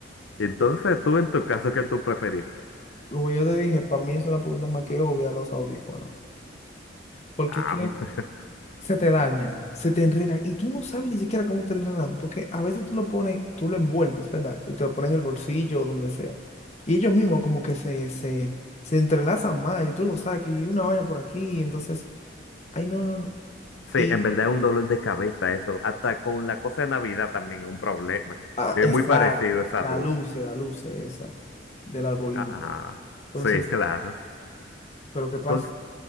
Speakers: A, on the left; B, on the left.
A: Entonces, tú en tu caso, ¿qué tú preferirías?
B: Como yo te dije, para mí es una pregunta más que obvia los audífonos. Porque
A: Ah,
B: ¿qué,
A: <laughs>
B: se te dañan, se te enredan y tú no sabes ni siquiera cómo te enredan, porque a veces tú lo pones, tú lo envuelves, ¿verdad? Y te lo pones en el bolsillo o donde sea. Y ellos mismos como que se, se, se entrelazan más y tú lo sacas y una vaina por aquí, y entonces, ay, no, no, no.
A: sí,
B: Y,
A: en verdad es un dolor de cabeza eso. Hasta con la cosa de Navidad también es un problema.
B: ah,
A: Es
B: exacto,
A: muy parecido esas
B: la
A: dos.
B: luz, la luz esa del arbolito.
A: Ah,
B: Entonces,
A: sí, claro.
B: ¿pero qué pasa?
A: Entonces,